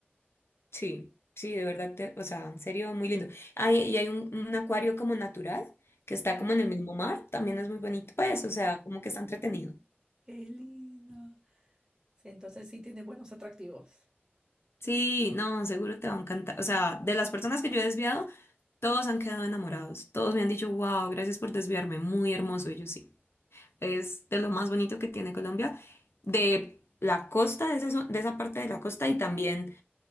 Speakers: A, on the left; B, on the right.
A: Sí, sí, de verdad, te- o sea, en serio, muy lindo. Hay, y hay un, un acuario como natural que está
B: Ajá.
A: como en el mismo mar, también es muy bonito, pues,
B: Ay,
A: o sea, como que está entretenido.
B: Qué lindo. Sí, entonces sí tiene buenos atractivos.
A: Sí, no, seguro te va a encantar. O sea, de las personas que yo he desviado, todos han quedado enamorados. Todos me han dicho, wow, gracias por desviarme, muy hermoso. Y yo sí, es de lo más bonito que tiene Colombia, de la costa, de esa, zo- de esa parte de la costa y también